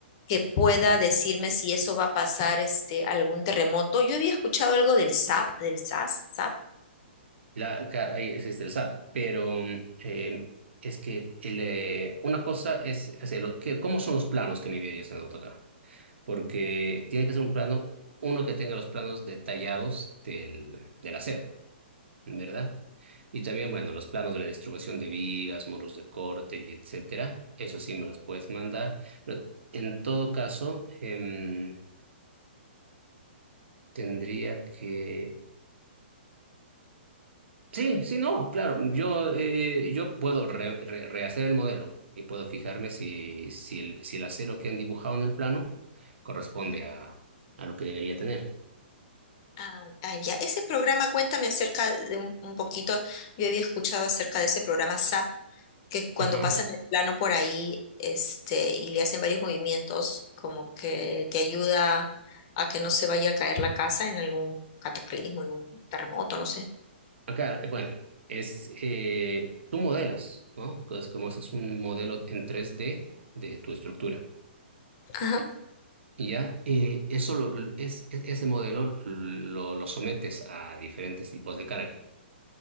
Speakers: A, on the left; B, on the right.
A: que pueda decirme si eso va a pasar este algún terremoto. Yo había escuchado algo del SAP, del SAS, SAP.
B: la, claro, ahí existe el SAP, pero mm, eh, es que el, eh, una cosa es, es el- que, ¿cómo son los planos que me enviarías en AutoCAD? porque tiene que ser un plano, uno que tenga los planos detallados del, del acero, ¿verdad? Y también, bueno, los planos de la distribución de vigas, muros de corte y etcétera, eso sí me los puedes mandar, pero en todo caso, em, tendría que... Sí, sí, no, claro, yo, eh, yo puedo re- re- rehacer el modelo y puedo fijarme si, si el, si el acero que han dibujado en el plano corresponde a, a lo que debería tener.
A: Ah, ah, ya. Ese programa, cuéntame acerca de un, un poquito. Yo había escuchado acerca de ese programa SAP, que cuando
B: Ajá.
A: pasan el plano por ahí, este, y le hacen varios movimientos, como que te ayuda a que no se vaya a caer la casa en algún cataclismo, en un terremoto, no sé.
B: Acá, eh, bueno, es, eh, tú modelas, ¿no? Es como haces un modelo en 3D de tu estructura.
A: Ajá.
B: Y ya, eh, eso lo- es, es- ese modelo lo, lo sometes a diferentes tipos de carga.